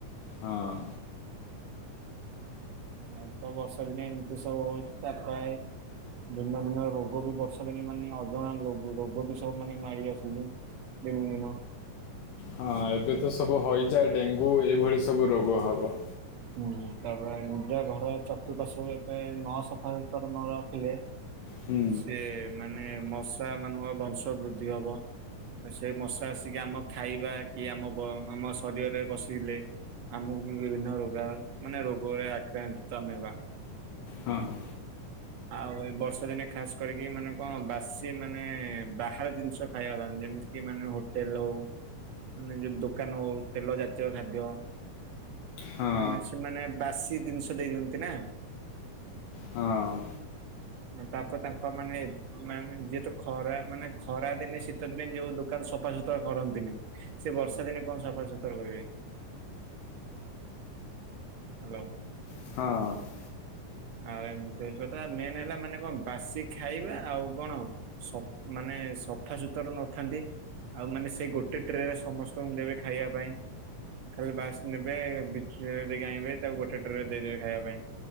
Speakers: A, on the left; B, on the right.
A: ହଁ।
B: ଆଉ ତ ବର୍ଷା ଦିନ ଏମିତି ସବୁ ହଉଛି ତାପ ଭିନ୍ନ ଭିନ୍ନ ରୋଗ ବି ବର୍ଷା ଦିନେ ମାନେ ଅଜଣା ଲୋଗ- ରୋଗ ବି ସବ ମାନେ ମାରି ଆସୁଛନ୍ତି। ଯେମିତି ମୁଁ
A: ହଁ ଏବେ ତ ସବୁ ହଇଜା ଡେଙ୍ଗୁ ଏଇଭଳି ସବୁ ରୋଗ ହବ।
B: ଉଁ, ତାପରେ ଆଣି ଉଦା ଘର ଚତୁପାର୍ଶ ରେ ପ୍ରାୟ ନ ସଫା ସୁତୁରା ନ ରଖିଲେ
A: ହୁଁ,
B: ସେ ମାନେ ମଶା ମାନଙ୍କ ବଂଶ ବୃଦ୍ଧି ହବ। ସେ ମଶା ଆସିକି ଆମ ଖାଇବା କି ଆମ ବ-ଆମ ଶରୀରରେ ବସେଇଲେ ଆମକୁ ବିଭିନ୍ନ ରୋଗ ଆ-ମାନେ ରୋଗରେ ଆକ୍ରାନ୍ତ ଆମେ ହବା।
A: ହଁ, ହଁ।
B: ଆଉ ଏ ବର୍ଷା ଦିନେ ଖାସ କରିକି ମାନେ କଣ ବାସ୍ ସେ ମାନେ ବାହହାର ଜିନିଷ ଖାଇବା ପାରନ୍ତିନି ଯେମିତି କି ମାନେ ହୋଟେଲ୍ ହଉ। ମାନେ ଯୋଉ ଦୋକାନ ହଉ ତେଲ ଜାତୀୟ ଖାଦ୍ୟ
A: ହଁ
B: ମାନେ ସେମାନେ ବାସି ଜିନିଷ ଦେଇଦିଅନ୍ତି ନା।
A: ହଁ।
B: ତାପରେ ତାଙ୍କ ମାନେ ମାନେ ଯିଏ ତ ଖରା ମାନେ ଖରା ଦିନେ ଶୀତ ଦିନେ ଯୋଉ ଦୋକାନ ସଫା ସୁୁତୁରା କରନ୍ତିନି। ସେ ବର୍ଷା ଦିନେ କଣ ସଫା ସୁତୁରା କରିବେ। ହାଲୋ।
A: ହଁ।
B: ଆଉ ଏମିତି କଥା, ମେନ୍ ହେଲା ମାନେ କଣ ବାସି ଖାଇବା, ଆଉ କଣ? ସ-ମାନେ ସଫା ସୁୁତର ନଥାନ୍ତି। ଆଉ ମାନେ ସେ ଗୋଟେ ଟ୍ରେ ରେ ସମସ୍ତଙ୍କୁ ଦେବେ ଖାଇବା ପାଇଁ। ଖାଲି ବାସ୍ ନେବ ବେ ବିଛୁଳି ଦେଇକି ଆଣିବେ ତାକୁ ଗୋଟେ ଟ୍ରେ ରେ ଦେଇଦେବେ ଖାଇବା ପାଇଁ।